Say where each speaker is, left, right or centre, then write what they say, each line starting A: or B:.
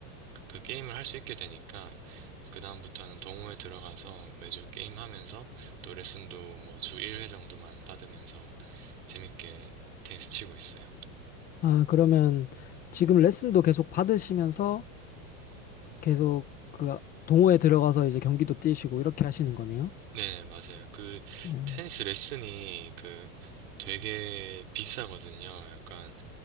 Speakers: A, on the right; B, on the left.
A: 그, 그 게임을 할 수 있게 되니까 그다음부터는 동호회 들어가서 매주 게임하면서 또 레슨도 뭐 주 1회 정도만 받으면서 재밌게 <laughs> 테니스 치고 있어요.
B: 아, 그러면 지금 레슨도 계속 받으시면서 계속 그 동호회 들어가서 이제 경기도 뛰시고 이렇게 하시는 거네요?
A: 네, 맞아요. 그
B: 네.
A: 테니스 레슨이 그 되게 비싸거든요. 약간